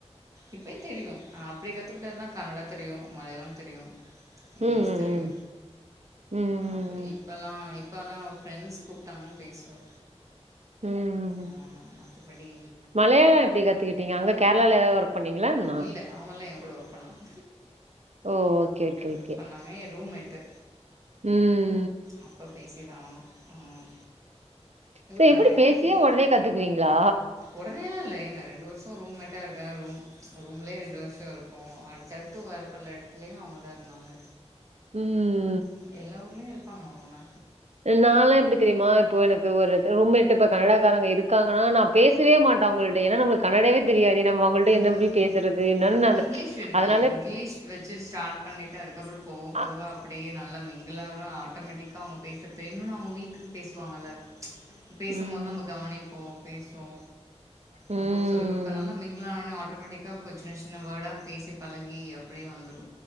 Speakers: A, on the right; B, on the right.
A: இப்பையு தெரியு அப்டி கத்துக்கிட்டது தா கன்னடா தெரியு மலையாளம் தெரியு இங்கிலீஷ்
B: ம்.
A: தெரியு
B: ம். ம்.
A: அப்ப இப்போலா இப்பனா ஃப்ரெண்ட்ஸ் கூப்பிட்டாங்கனா பேசுவ
B: ம் ம் ம்
A: ஆ மத்தபடி
B: மலையாளோ எப்டி கத்துக்கிட்டீங்க அங்கே கேரளால ஏதா ஒர்க் பண்ணிங்களா என்ன
A: இல்ல அவங்கலா எ கூட ஒர்க் பண்ணாங்க
B: ஓ ஓகே ஓகே
A: ஒர்க்
B: ஓகே.
A: பண்ணாங்க ஏ ரூம்மேட்டு
B: ம்
A: அப்போ பேசிதா ஆகனு ம்
B: சரி
A: நெறைய
B: எப்டி பேசியே
A: இடத்துல
B: உடனே கத்துக்குவீங்களா?
A: உடனேலா இல்ல ஏங்க ரெண்டு வருஷோ ரூம் மெட் கரெக்டா இருக்க ரூம் ரூம்லேயே ரெண்டு வருஷோ இருக்கோ அடுத்தடுத்து வேறு பல இடத்துலயு அவங்க தா இருந்தாங்க
B: ம்
A: ம் எல்லா ஊர்லையு இருப்பாங்க அவுங்கள மா
B: நாலா எப்டி தெரியுமா இப்போ எனக்கு ஒரு ரூம் மேட் இப்ப கன்னடக்காரங்க இருக்கங்கன்னா நா பேசவே மாட்டே அவங்கள்ட்ட ஏன்னா நம்மளு கன்னடாவே தெரியாதே நம்ம அவங்கள்ட்ட என்ன
A: ம்
B: எப்டி
A: ம்
B: பேசுறது இருந்தாலு நா அந்த
A: இங்கிலீஷ்
B: ச்
A: இருக்குல்ல
B: அதனால
A: இங்கிலீஷ் வச்சு ஸ்டார்ட் பண்ணிட்டு அதுக்கப்பறோ போக போக
B: அ
A: அப்டியே நல்லா மிங்கலாவா ஆட்டோமேட்டிக்கா அவங்க பேசுற வேணுன் அவங்க வீட்டுக்கு பேசுவாங்கல்ல ச் பேசும்போது
B: ம்.
A: நம்ம கவனிப்போ பேசுவோ
B: ம்.
A: அப்போ சொல்லிக் குடுத்தனால நம்ம இங் நானு ஆட்டோமேட்டிக்கா கொஞ்சோ சின்ன சின்ன வேர்டா பேசி பழகி அப்டியே வந்துரு